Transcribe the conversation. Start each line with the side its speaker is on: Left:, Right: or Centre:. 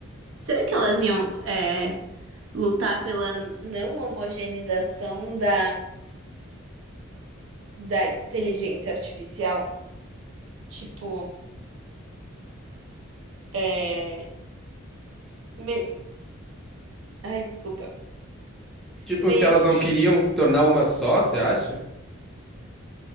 Right: Será que elas iam, é, lutar pela não homogeneização da, da inteligência artificial? Tipo, é... mei- Ai, desculpa.
Centre: Tipo,
Right: Meio
Centre: se elas
Right: que
Centre: não queriam se tornar uma só, você acha?